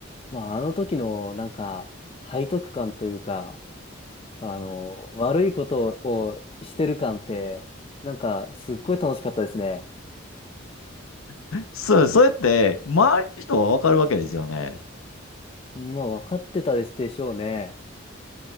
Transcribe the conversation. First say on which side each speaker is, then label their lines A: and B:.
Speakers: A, on the left; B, on the left.
A: まあ、あの時のなんか、背徳感というか、あの、悪いことをしてる感って、なんか、すっごい楽しかったですね。
B: <laughs> そう、それって、周りの人はわかるわけですよね。
A: まあ、分かってたでしょうね。